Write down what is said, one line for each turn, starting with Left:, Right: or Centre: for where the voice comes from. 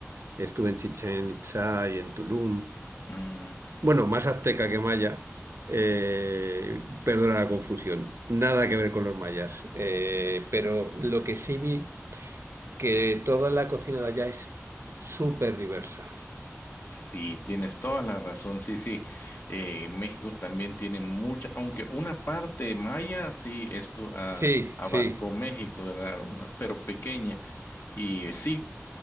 Right: Estuve en Chichen Itzá y en Tulum.
Left: Ujú,
Right: Bueno, más azteca que maya.
Left: sí.
Right: Eh, perdona la confusión. Nada que ver con los mayas. Eh, pero lo que sí vi, que toda la cocina de allá es súper diversa.
Left: Sí, tienes toda la razón, sí, sí. Eh, México también tiene mucha, aunque una parte maya, sí, esto ah,
Right: Sí,
Left: abarcó
Right: sí.
Left: México, ¿verdad? Una- pero pequeña. Y sí,